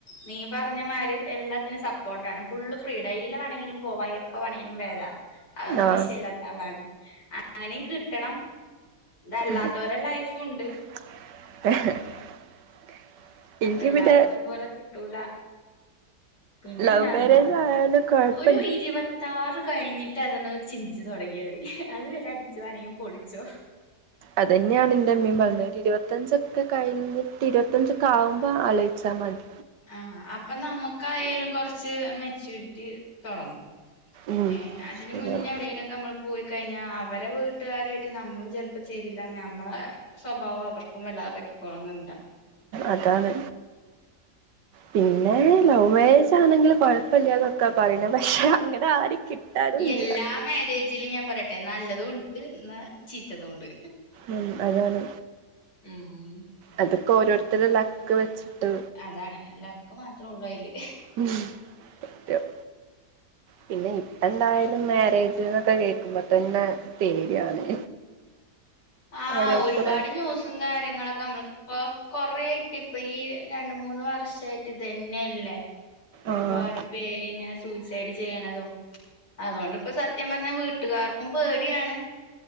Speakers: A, on the left; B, on the right.
A: നീ പറഞ്ഞമാരി എല്ലാത്തിനും സപ്പോർട്ടാണ് ഫുള്ള് ഫ്രീഡാ എയിലെ വേണമെങ്കിലും പോവാ എപ്പ വേണെങ്കിലും വരാ അതൊന്നും
B: ആഹ്
A: വിഷയല്ലാത്ത ആളാണ് അങ്ങനിം കിട്ടണം ഇതല്ലാത്ത
B: ഉം.
A: ഒരേ ലൈഫുണ്ട്
B: <inaudible> എനിക്ക്
A: അപ്പൊ എല്ലാർക്കും
B: പിന്നെ
A: ഒരുപോലെ കിട്ടൂല പിന്നെ
B: ലവ്
A: എന്താന്നോ
B: മാരേജായാലും കൊഴ്പ്പ
A: ഒരു ഇരുപത്താറ് കഴി കഴിഞ്ഞിട്ട് അതൊന്ന് ചിന്തിച്ചു തുടങ്ങിയാ മതി അത് വരെ അടിച്ച് വേണൊങ്കി പൊളിച്ചോ
B: അതന്നെയാണ് ന്റെ മ്മീം പറഞ്ഞത് ഇരുപത്തഞ്ചൊക്കെ കഴിഞ്ഞിട്ട് ഇരുപത്തഞ്ചൊക്കെ ആവുമ്പോ ആലോയിച്ചാമതി
A: ആഹ് അപ്പൊ നമുക്കായാലും കൊറച്ച് മെച്ചൂരിറ്റി തൊടങ്ങും
B: ഉം
A: ഏഹ് അതിന്
B: ശരിയാണ്.
A: മുന്നേ എവിടേലൊക്കെ നമ്മള് പോയി കഴിഞ്ഞ അവരെ വീട്ടുകാരായിട്ട് നമ്മളും ചെൽപ്പോ ചേരില്ല നമ്മളെ സ്വഭാവം അവർക്കും വല്ലാതെ പറ്റിക്കോള്ളന്ന്ണ്ടാ
B: അതാണ് പിന്നെ ലവ് മാരേജ് ആണെങ്കിലും കൊഴപ്പല്ലാന്നൊക്കെ പറയണ് പക്ഷെ അങ്ങനെ ആരിം കിട്ടാനും
A: എല്ലാ
B: ഇല്ല
A: മാരേജിലും ഞാൻ പറയട്ടെ നല്ലതുണ്ട് ഇന്നാ ചീത്തതുണ്ട്
B: ഉം അതാണ്
A: ഉം
B: അതൊക്കെ ഓരോരുത്തരെ ലക്ക് വെച്ചിട്ട്
A: അതാണ് ലക്ക് മാത്രേ ഉള്ളൂ അയില്
B: ഉം സത്യം പിന്നെ ഇപ്പ എന്തായാലും മാരേജ്ന്നൊക്കെ കേക്കുമ്പോത്തന്നെ പേടിയാണ്
A: ആഹ്
B: ഓരോരുത്തരെ
A: ഒരുപാട് ന്യൂസും കാര്യങ്ങളൊക്കെ അമ്മള് പ്പൊ കൊറേ ആയിട്ട് ഇപ്പ ഈ രണ്ട് മൂന്ന് വർഷായിട്ട് ഇത് തന്നെയല്ലേ ഒരുപാട്
B: ആഹ്
A: പേര്ങ്ങനെ സൂയ്സൈഡ് ചെയ്യണതും അതുകൊണ്ടിപ്പ സത്യം പറഞ്ഞാ വീട്ടുകാർക് ക്കും പേടിയാണ്